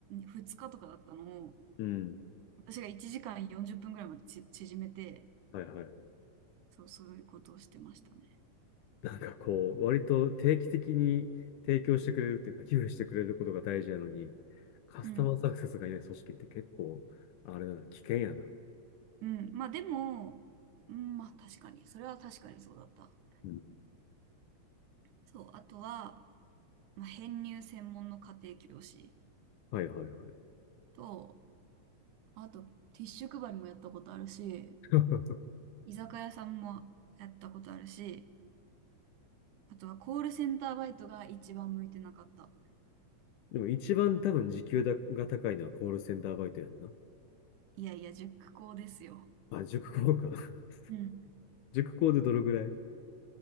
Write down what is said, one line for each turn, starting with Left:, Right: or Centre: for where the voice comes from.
Right: 2, 日とかだったのを、
Left: うん。
Right: 私が1時間40分ぐらいまでち縮めて、
Left: はいはいはい。
Right: そう、そういうことをしてましたね。
Left: なんかこう、割と定期的に提供してくれるっていうか、寄付してくれることが大事なのに、カスタマーサクセスがいない組織って結構、
Right: うん。
Left: あれだな、危険やな。
Right: うん。まあでも、うん、まあ確かに、それは確かにそうだった。
Left: うん
Right: そう、あとは、まあ、編入専門の家庭教師
Left: はいはいはい。
Right: と、あと、ティッシュ配りもやったことあるし、
Left: <laughs>
Right: 居酒屋さんもやったことあるし、あとはコールセンターバイトが一番向いてなかった。
Left: でも一番多分時給だが高いのはコールセンターバイトやんな。
Right: いやいや、塾講ですよ。
Left: あ、塾講か。<laughs>
Right: うん。
Left: 塾講でどれぐらい